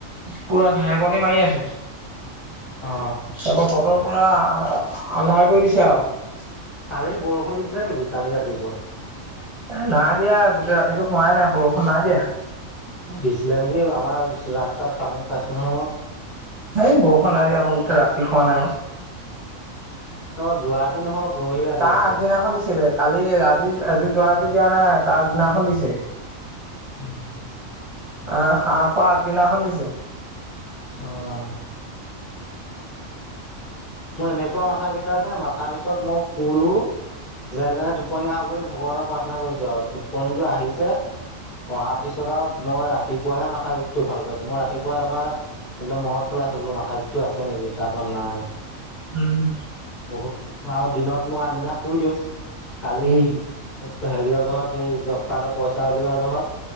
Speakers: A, on the right; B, on the left.
A: পুৰা ঢেৰেকণি মাৰি আছে
B: অ
A: তাৰপৰা বতৰ- পুৰা আন্ধাৰ কৰি দিছে আ-
B: কালি বৰষুণ দিছিলে নেকি কালি ৰাতিপুৱা?
A: এ নাই দিয়া গোটেই ৰাতিটো হোৱাই নাই বৰষুণ নাই দিয়া-
B: আহিছিলে নেকি, আমাৰ ৰাস্তাত পানী পাইছ নহয় মই।
A: ইেই বৰষুণ নাই দিয়া, মই গোটেই ৰাতি শুৱাই নাই আৰু-
B: যোৱাৰাতি নহয় পৰহি ৰাতি
A: তা
B: হ'ব পাৰে
A: আগদিনা খন দিছিলে, কালি আজি-আজি যোৱা ৰাতি দিয়া নাই তাৰ দিনাখন দিছে।
B: উম'।
A: আহ, হাঁহ খোৱা আগদিনাখন দিছে।
B: অ'। মোৰ এনেকুৱা মাথা বিষাইছে, মাথা বিষত মই শুলো। যেন তেনে টোপনি কৰি ভগৱানক প্ৰাৰ্থনা কৰিছো আৰু টোপনিটো আহিছে অহাৰ পিছত আৰু মই ৰাতিপুৱাহে মাথা বিষটো ভাল পাইছো। মই ৰাতিপুৱা তাৰপৰা একদম মনত পেলাইছো বোলো মাথা বিষটো আছে নেকি, তাৰ পৰা নাই।
A: উম'।
B: বহুত। আৰু দিনত মই আনদিনা শুই দিওঁ, কালি
A: উম
B: হেৰিয় জহত এই জব কাৰ্ডৰ পইচা উলিওৱা জহত,